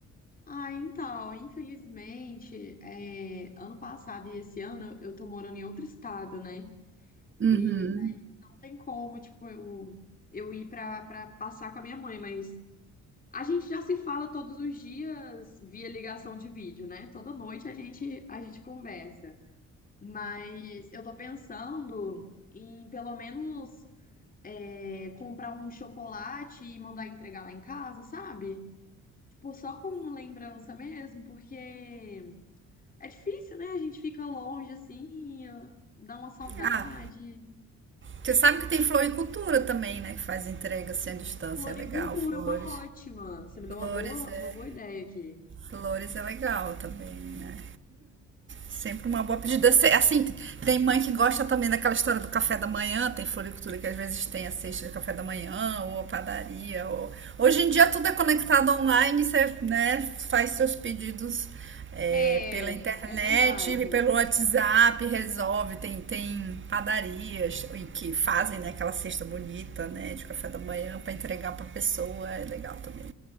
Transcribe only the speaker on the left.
Ah, então, infelizmente, é, ano passado e esse ano eu tô morando em outro estado, né?
E não tem como, tipo, eu, eu ir pra, pra passar com a minha mãe, mas a gente já se fala todos os dias via ligação de vídeo, né? Toda noite a gente, a gente conversa. Mas eu tô pensando em pelo menos é, comprar um chocolate e mandar entregar lá em casa, sabe? Tipo, só como lembrança mesmo, porque. É difícil, né? A gente fica longe assim, ah, dá uma saudade.
Floricultura
é uma ótima. Você me deu
uma boa,
uma boa ideia aqui.
É,
é verdade.